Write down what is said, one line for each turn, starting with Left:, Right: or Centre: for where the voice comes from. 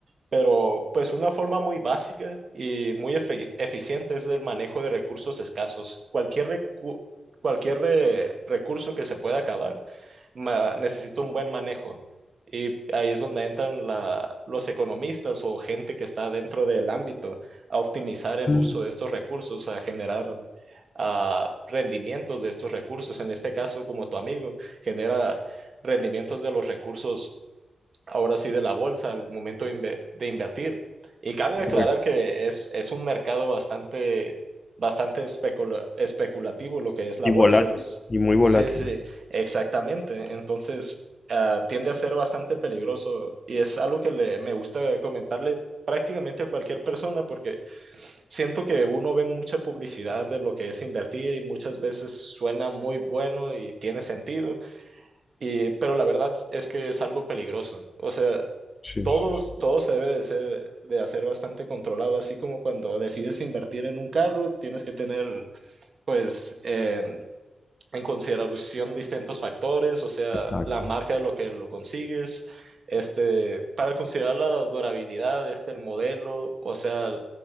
Right: pero pues una forma muy básica y muy efe- eficiente es el manejo de recursos escasos. Cualquier, recu- cualquier re- recurso que se pueda acabar ma- necesita un buen manejo. Y ahí es donde entran la- los economistas o gente que está dentro del ámbito a optimizar el
Left: Mm.
Right: uso de estos recursos, a generar ah, rendimientos de estos recursos. En este caso, como tu amigo, genera rendimientos de los recursos ahora sí de la bolsa al momento de, inve- de invertir. Y cabe
Left: Correcto.
Right: aclarar que es, es un mercado bastante, bastante especula- especulativo lo que es la
Left: Y
Right: bolsa.
Left: volátil,
Right: Es-
Left: y muy volátil.
Right: Sí, sí, exactamente. Entonces, ah, tiende a ser bastante peligroso y es algo que le, me gusta comentarle prácticamente a cualquier persona porque siento que uno ve mucha publicidad de lo que es invertir y muchas veces suena muy bueno y tiene sentido, y, pero la verdad es que es algo peligroso. O sea,
Left: Sí,
Right: todos,
Left: sí, sí.
Right: todo se debe de ser, de hacer bastante controlado, así como cuando decides invertir en un carro, tienes que tener, pues, eh, en consideración distintos factores, o sea,
Left: Exacto.
Right: la marca de lo que lo consigues, este, para considerar la durabilidad, este, el modelo, o sea,